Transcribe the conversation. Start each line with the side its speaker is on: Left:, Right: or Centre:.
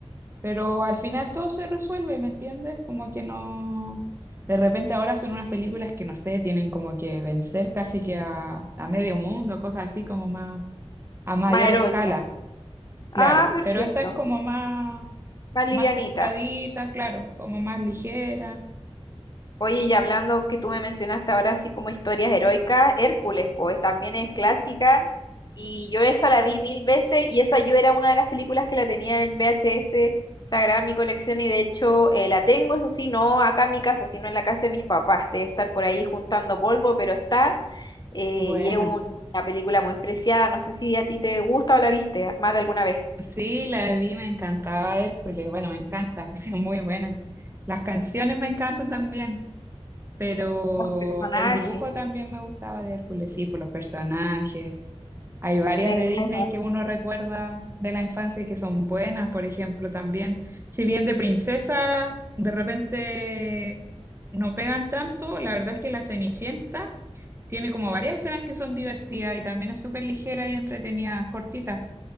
Right: Pero al final todo se resuelve, ¿me entiendes? Como que no... De repente ahora son unas películas que, no sé, tienen como que vencer casi que a, a medio mundo, cosas así como más a mayor
Left: Más heroica.
Right: escala,
Left: Ah,
Right: claro.
Left: perfecto.
Right: Pero esta es como más,
Left: Más livianita.
Right: más centradita, claro, como más ligera.
Left: Oye, y hablando que tú me mencionaste ahora así como historias heroicas, Hércules, pues también es clásica y yo esa la vi mil veces y esa yo era una de las películas que la tenía en VHS sagrada en mi colección y de hecho eh, la tengo, eso sí, no acá en mi casa, sino en la casa de mis papás, debe estar por ahí juntando polvo, pero está eh,
Right: Buena.
Left: y es un- una película muy preciada, no sé si a ti te gusta o la viste más de alguna vez.
Right: Sí, la vi, me encantaba Hércules, bueno, me encanta, <laughs> es muy buena. Las canciones me encantan también, pero
Left: Los personajes,
Right: el dibujo también me gustaba de Hércules, sí, por los personajes. Hay varias
Left: me
Right: de
Left: encanta.
Right: Disney que uno recuerda de la infancia y que son buenas, por ejemplo, también. Si bien de princesa, de repente no pegan tanto, la verdad es que La Cenicienta tiene como varias escenas que son divertidas y también es súper ligera y entretenida, cortita.